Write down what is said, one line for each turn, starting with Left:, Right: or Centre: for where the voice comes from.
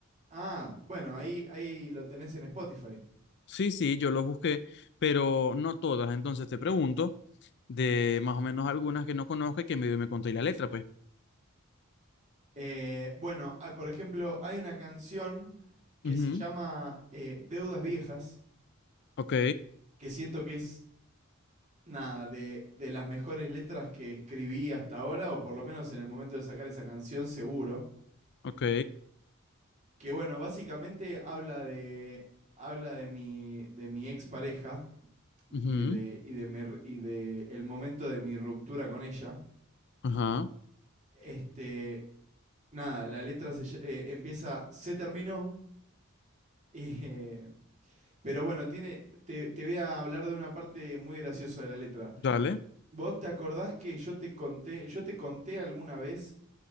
Right: Ah, bueno, ahí, ahí lo tenés en Spotify.
Left: sí, sí, yo lo busqué, pero no todas, entonces te pregunto de más o menos algunas que no conozco y que medio me conté la letra, pues.
Right: Eh, bueno, ah, por ejemplo, hay una canción que
Left: Ujú,
Right: se llama eh, Deudas Viejas,
Left: Ok,
Right: que siento que es, nada, de, de las mejores letras que escribí hasta ahora, o por lo menos en el momento de sacar esa canción, seguro.
Left: ok,
Right: Que bueno, básicamente habla de, habla de mi, de mi expareja
Left: ujú,
Right: y de, y de, mi- y de el momento de mi ruptura con ella.
Left: ajá,
Right: Este, nada, la letra se, eh, empieza, se terminó. <laughs> eh, pero bueno, tiene, te, te voy a hablar de una parte muy graciosa de la letra.
Left: dale,
Right: ¿Vos te acordás que yo te conté, yo te conté alguna vez